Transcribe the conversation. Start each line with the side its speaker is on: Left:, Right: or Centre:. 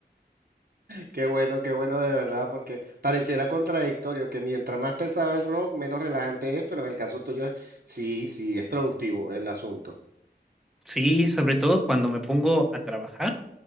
Right: Qué bueno, qué bueno de verdad, porque pareciera contradictorio que mientras más pesado el rock, menos relajante es, pero en el caso tuyo es, sí, sí, es productivo el asunto.
Centre: Sí, sobre todo cuando me pongo a trabajar